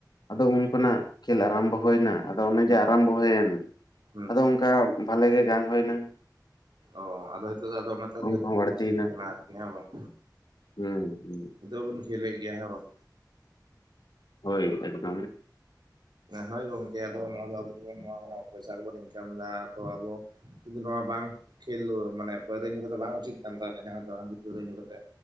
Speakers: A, on the left (about 70°); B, on the right (about 75°).
A: ᱟᱫᱚ ᱩᱱ ᱠᱷᱚᱱᱟᱜ ᱠᱷᱮᱹᱞ ᱟᱨᱟᱢᱵᱚ ᱦᱩᱭᱮᱱᱟ, ᱟᱫᱚ ᱚᱱᱮ
B: ᱦᱩᱸ
A: ᱡᱮ ᱟᱨᱟᱢᱵᱚ ᱦᱩᱭᱮᱱ
B: ᱦᱩᱸ
A: ᱟᱫᱚ ᱩᱱ ᱚᱱᱠᱟ ᱵᱷᱟᱞᱮ ᱜᱮ ᱜᱟᱱ ᱦᱩᱭ ᱞᱮᱱᱟ᱾
B: ᱚ, ᱟᱫᱚ ᱱᱤᱛᱚᱜ ᱫᱚ ᱟᱫᱚ ᱚᱱᱟᱛᱮ ᱫᱚ
A: ᱠᱚᱦᱚᱸ
B: ᱠᱨᱤᱠᱮᱹᱴ
A: ᱵᱟᱹᱲᱛᱤᱭᱮᱱᱟ
B: ᱠᱷᱮᱹᱞ ᱠᱟᱱᱟ ᱟᱨᱠᱤ ᱦᱮᱸ ᱵᱟᱝ?
A: ᱦᱩᱸ ᱦᱩᱸ᱾
B: ᱱᱤᱛᱚᱜ ᱦᱚᱸ ᱵᱤᱱ ᱠᱷᱮᱹᱞᱮᱫ ᱜᱮᱭᱟ ᱦᱮᱸ ᱵᱟᱝ?
A: ᱦᱳᱭ ᱮᱠᱫᱚᱢ᱾
B: ᱦᱳᱭ ᱜᱚᱝᱠᱮ ᱟᱫᱚ ᱱᱚᱣᱟ ᱫᱚ <unintelligible> ᱱᱚᱣᱟ ᱯᱚᱭᱥᱟ ᱠᱚᱵᱚᱱ ᱤᱱᱠᱟᱢ ᱮᱫᱟ, ᱛᱚ ᱟᱵᱚ ᱠᱤᱱᱛᱩ ᱱᱚᱣᱟ ᱵᱟᱝ ᱠᱷᱮᱹᱞ ᱢᱟᱱᱮ ᱯᱟᱹᱣᱨᱟᱹ ᱧᱩ ᱠᱟᱛᱮᱫ ᱵᱟᱝ ᱩᱪᱤᱛ ᱠᱟᱱ ᱛᱟᱦᱮᱱᱟ, ᱡᱟᱦᱟᱸ ᱟᱫᱚ ᱦᱟᱺᱰᱤ ᱯᱟᱹᱣᱨᱟᱹ ᱧᱩ ᱠᱟᱛᱮᱫ᱾